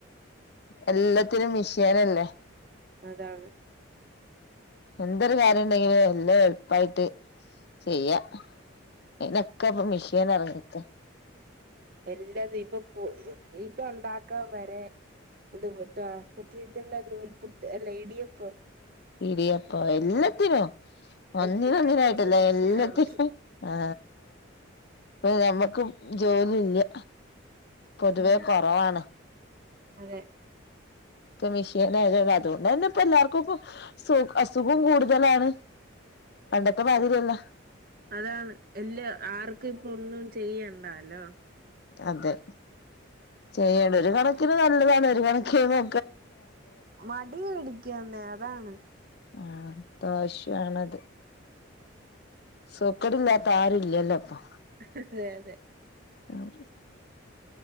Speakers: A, on the left; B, on the right.
A: എല്ലത്തിനും മിഷീനല്ലേ
B: അതാണ്
A: എന്തൊരു കാര്യം ഉണ്ടെങ്കില് എല്ലാം എളുപ്പായിട്ട് ചെയ്യാ ഇനൊക്കെ ഇപ്പൊ മിഷീൻ ഇറങ്ങിട്ടെ
B: എല്ലാതിപ്പൊ ഇതണ്ടാക്കാൻ വരെ അത് പട്ടവാ മറ്റേതിണ്ട നൂൽപുട്ട് ലെഡിയപ്പ
A: ഇടിയപ്പം എല്ലത്തിനും ഒന്നിന
B: എല്ലാത്തിനും
A: ഒന്നിനായിട്ടില്ല
B: ഇപ്പൊ മെഷീനാണ്
A: എല്ലത്തിും ആ നമ്മ ക്കും ജോലി ഇല്ല പൊതുവെ
B: ഉം
A: കൊറവാണ്.
B: അതെ
A: ഇപ്പ മിഷീൻായതണ്ട് അതുകൊണ്ട് ന്നെ ഇപ്പൊ എല്ലാർക്കും ഇക്ക സുഖ അസുഖം കൂടുതലാണ്. പണ്ടൊത്തെമാതിരല്ല
B: അതാണ് എല്ല ആർക്കും ഇപ്പ ഒന്നും ചെയ്യണ്ടാലോ
A: അതെ ചെയ്യണ്ട ഒരു കണക്കിന് നല്ലതാണ് ഒരു കണക്കിന നോ..
B: മടി പിടിക്കന്നെ അതാണ്
A: ആഹ് ദോഷാണത് സൊക്കടില്ലാത്ത ആരുല്ലല്ലോ അപ്പൊ
B: ഹിഹി അതെ
A: ആഹ്